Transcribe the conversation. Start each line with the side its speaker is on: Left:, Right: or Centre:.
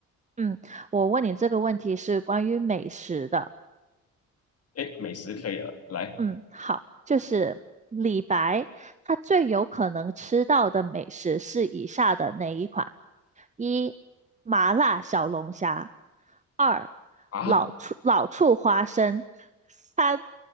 Right: 嗯，我问你这个问题是关于美食的。
Left: 哎，美食可以了，来
Right: 嗯，好，就是李白，他最有可能吃到的美食是以下的哪一款？一、麻辣小龙虾；二、
Left: 啊，
Right: 老醋老醋花生；
Left: <laughs>
Right: 三、